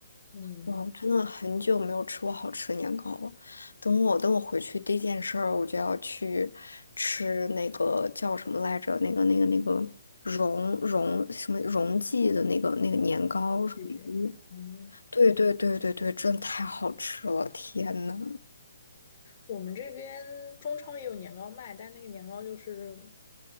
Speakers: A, on the left; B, on the left.
A: 嗯，
B: 哇，真的很久没有吃过好吃的年糕了。等我等我回去第一件事儿，我就要去吃那个叫什么来着？那个那个那个荣荣什么荣记的那个那个年糕什么鱼？
A: 谢谢。嗯，
B: 对对对对对，真的太好吃了！天呐，
A: 我们这边中超也有年糕卖，但那个年糕就是